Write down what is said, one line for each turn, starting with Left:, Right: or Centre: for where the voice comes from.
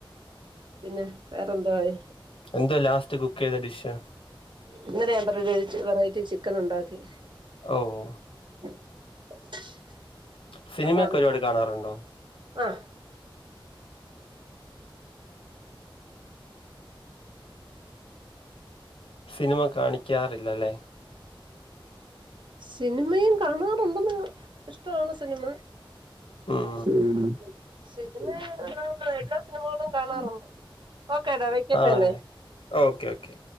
Right: പിന്നെ വേറെഎന്തുവായി
Left: എന്തുവാ ലാസ്റ്റ് കുക്ക് ചെയ്ത ഡിഷ്
Right: ഇന്നലെ ഞാൻ പറഞ്ഞില്ലേ ഒ ഒരു വെറൈറ്റി ചിക്കനുണ്ടാക്കി
Left: ഓഹ്
Right: <inaudible>
Left: സിനിമയൊക്കെ
Right: അതാണ്
Left: ഒരുപാട് കാണാറുണ്ടോ
Right: ആഹ്.
Left: സിനിമ കാണിക്കാറില്ലല്ലേ
Right: സിനിമയും കാണാറുണ്ടെന്ന് ഇഷ്ടമാണ് സിനിമ
Left: ഉം
Right: ഹ്മ്മ്, സിനിമ എല്ലാ സിനിമകളും കാണാറുണ്ട്. ഓക്കെടാ വെക്കട്ടെന്നെ
Left: ആണല്ലേ ഓക്കെ ഓക്കെ.